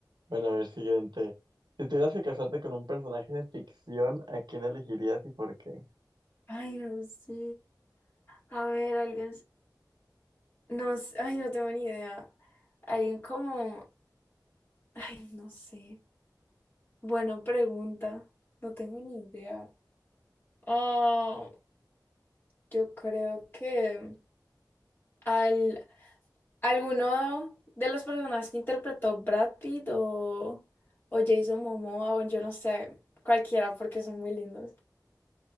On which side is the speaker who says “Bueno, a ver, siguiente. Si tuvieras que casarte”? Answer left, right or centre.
Right